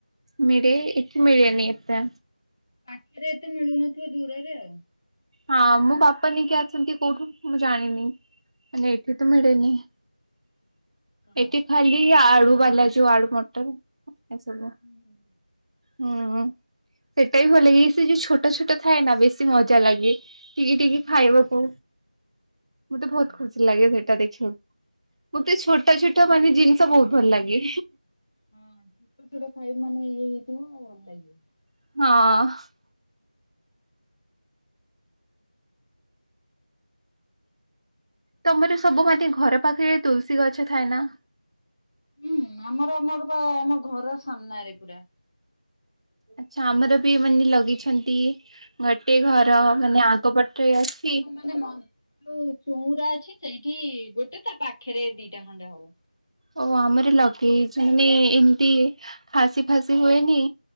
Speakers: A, on the right; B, on the left.
A: ମିଳେ ଏଠି ମିଳେନି ଏତେ।
B: ପାଖରେ ଏତେ ମିଳୁନଥିବ ଦୂରରେ ଆଉ।
A: ହଁ ମୋ ବାପା ନେଇକି ଅଛନ୍ତି କୋଉଠୁ ମୁଁ ଜାଣିନି ମାନେ ଏଇଠି ତ ମିଳେନି।
B: ହଁ।
A: ଏଠି ଖାଲି ଆଳୁ ବାଲା ଯୋଉ ଆଳୁ ମଟର ଏ ସବୁ।
B: ହୁଁ।
A: ହୁଁ ସେଟା ବି ଭଲ ଲାଗେ, ସେ ଯୋଉ ଛୋଟ ଛୋଟ ଥାଏ ନା ବେଶୀ ମଜା ଲାଗେ। ଟିକେ ଟିକେ
B: ହୁଁ
A: ଖାଇବାକୁ
B: ହୁଁ
A: ମତେ
B: ହଁ।
A: ବୋହୁତ୍ ଖୁସି ଲାଗେ ସେଟା ଦେଖି ବାକୁ। ମତେ ଛୋଟ ଛୋଟ ମାନେ ଜିନିଷ ବୋହୁତ୍ ଭଲ ଲାଗେ।
B: ହଁ ଛୋଟ ଛୋଟ ଖାଇ ମାନେ ଇଏ ହେଇଥିବ ଆଉ ଭଲ ଲାଗିବ।
A: ହଁ। ତମର ସବୁ ମାନେ ଘର ପାଖରେ ତୁଳସୀ ଗଛ ଥାଏ ନା?
B: ହୁଁ ଆମର ଆମର ବା ଆମ ଘର ସାମ୍ନାରେ ପୁରା।
A: ଆଛା ଆମର ବି ମାନେ ଲଗେଇଛନ୍ତି ଗୋଟେ ଘର ମାନେ ଆଗ ପଟରେ ଅଛି
B: ନାଁମ ଯୋଉ ଚଉୁରା ଅଛି, ସେଇଠି ଗୋଟେ ତା ପାଖରେ ଦିଟା ଖଣ୍ଡେ ହବ।
A: ଓ ଆମର ଲଗେଇଛୁ ମାନେ ଏମିତି ଖାସି ଫାସି ହୁଏନି